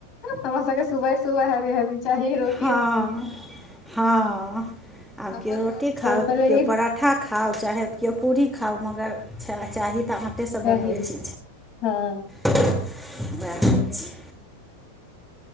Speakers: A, on the left; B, in the centre.
A: हमरा सबके सुबह सुबह हेबी हेबी चाय रोज
B: हँ हँ आब
A: हमरो
B: केओ रोटी
A: साउस
B: खाउ
A: भोर पहिले
B: केओ
A: ई
B: पराठ पाड़ाठा खाउ चाहे केओ पूड़ी खाउ मगर चाय चाही तऽ आँटेसँ
A: चाही
B: बनबै छी
A: हँ
B: उएह हो छै